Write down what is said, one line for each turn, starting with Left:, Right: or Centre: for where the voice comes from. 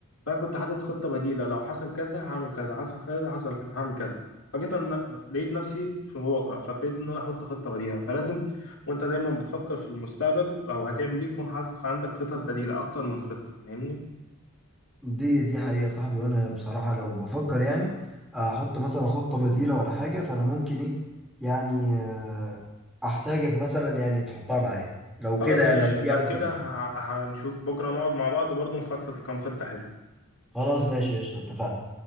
Left: فانا كنت حاطط خطه بديله لو حصل كذا هعمل كذا حصل كذا حصل هعمل كذا فجيت أن- لقيت نفسي في واقع فابتديت ان انا احط خطه بديله فلازم وانت دايما بتفكر في المستقبل او هتعمل ايه تكون حاطط عندك خطط بديله اكتر من خطه فاهمني
Centre: دي دي حقيقة صاحبي وانا بصراحة لو بفكر يعني احط مثلا خطة بديلة ولا حاجة فانا ممكن ايه يعني آه، احتاجك مثلا يعني تحطها معايا لو
Left: خلاص
Centre: كده يعني
Left: ماشي
Centre: لو في
Left: لو
Centre: امكانية
Left: كده ه- هنشوف بكره نقعد مع بعض برضو نخطط كام خطه حلوه
Centre: خلاص ماشي قشطة اتفقنا